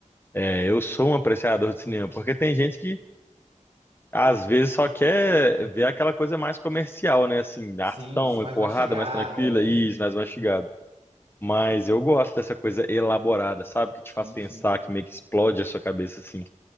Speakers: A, on the left; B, on the right.
A: É, eu sou um apreciador de cinema, porque tem gente que às vezes só quer ver aquela coisa mais comercial, né, assim,
B: Sim,
A: ação
B: sim, mais
A: e porrada
B: mastigada,
A: mais tranquila,
B: né?
A: isso, mais mastigada. Mas eu gosto dessa coisa elaborada, sabe? Que te
B: Sim,
A: faz pensar,
B: sim.
A: que meio que explode a sua cabeça, assim.